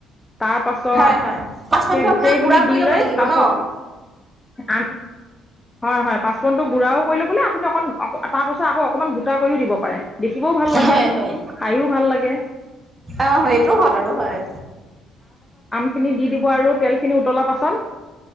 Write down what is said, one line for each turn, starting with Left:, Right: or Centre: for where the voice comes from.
Left: তাৰ পাছত
Right: হয় হয় পাঁচপনটো
Left: সেই গোটেই
Right: আপোনাৰ গুড়া কৰি
Left: দিলৈ
Right: ল'ব লাগিব
Left: পাছত
Right: ন
Left: আ হয়, হয় পাঁচপুৰনটো গুড়াও কৰি ল'বলে আপুনি অকণ তাৰ পাছত, অকণমান গোটা কৰিও দিব পাৰে। দেখিবও ভাল লাগে
Right: হয় হয়
Left: খাইও ভাল লাগে।
Right: অ, এইটোও হয় বাৰু হয়।
Left: খিনি দি দিব আৰু তেলখিনি উতলাৰ পাছত